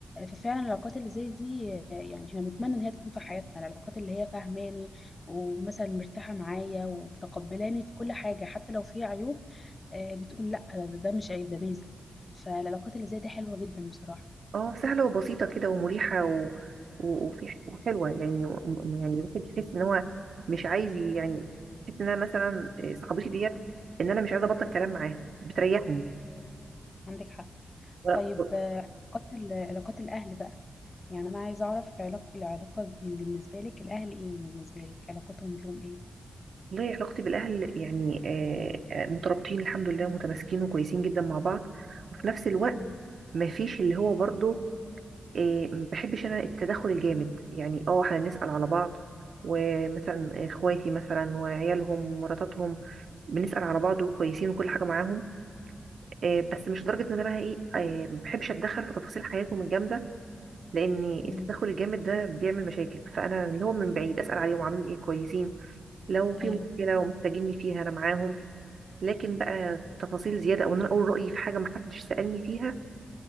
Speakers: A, on the left; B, on the right.
A: ففعلا العلاقات اللي زي دي آه، يعني احنا بنتمنى ان هي تكون في حياتنا العلاقات اللي هي فاهماني ومثلا مرتاحه معايا ومتقبلاني في كل حاجه حتى لو في عيوب آه، بتقول لا ده, ده مش عيب ده ميزه فالعلاقات اللي زي دي حلوه جدا بصراحه
B: اه سهله وبسيطه كده ومريحه و... و- وفي ح- وحلوه يعني م- يعني الواحد يحس ان هو مش عايز ي- يعني يحس ان انا مثلا إيه، صاحبتي ديت ان انا مش عايزه ابطل كلام معاها بتريحني
A: عندك حق
B: ولا-
A: طيب آه، علاقات ال- علاقات الاهل بقى يعني انا عايزه اعرف علاقه العلاقه ب- بالنسبه لك الاهل ايه بالنسبه لك علاقتهم بيهم ايه
B: والله علاقتي بالاهل يعني آه، آه، مترابطين الحمد لله متماسكين وكويسين جدا مع بعض وفي نفس الوقت
A: مم.
B: ما فيش اللي هو برضه إيه، ما بحبش انا التدخل الجامد يعني اه احنا بنسأل على بعض ومثلا اخواتي مثلا وعيالهم ومراتاتهم بنسأل على بعض وكويسين وكل حاجة معاهم إيه، بس مش لدرجة ان انا بقى ايه إيه، ما بحبش اتدخل في تفاصيل حياتهم الجامدة لان
A: مم.
B: التدخل الجامد ده بيعمل مشاكل فانا اللي هو من بعيد اسأل عليهم عاملين ايه كويسين لو في
A: ايوه
B: مشكلة ومحتاجيني فيها انا معاهم لكن بقى تفاصيل زيادة او ان انا اقول رأيي في حاجة محدش سألني فيها